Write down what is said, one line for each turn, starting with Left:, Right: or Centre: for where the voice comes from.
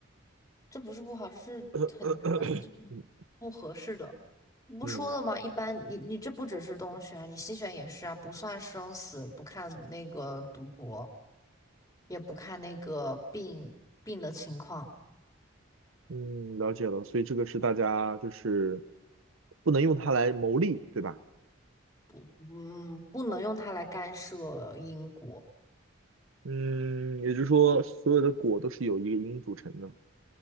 Left: 这不是不好，这是很难，
Right: <coughs> <clears throat>
Left: 这是不合适的。
Right: 嗯
Left: 不说了吗？
Right: 嗯
Left: 一般你你这不只是东选，你西选也是啊，不算生死，不看那个赌博，也不看那个病病的情况，
Right: 嗯，了解了。所以这个是大家就是不能用它来谋利，对吧？
Left: 嗯，不能用它来干涉因果。
Right: 嗯，也就是说，所有的果都是由一个因组成的。